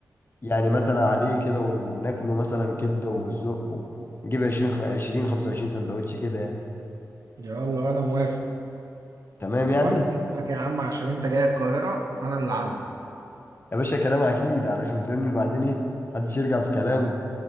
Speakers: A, on the left; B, on the right.
A: يعني مثلا عليه كده ون- وناكله مثلا كبده وزق نجيب 20 20 25 سندوتش كده يعني
B: يلا وانا موافق
A: تمام يعني
B: وانا هسمعك يا عم عشان انت جاي القاهرة فانا اللي عازمك
A: يا باشا كلام اكيد علشان فهمني بعدين ايه محدش يرجع في كلامه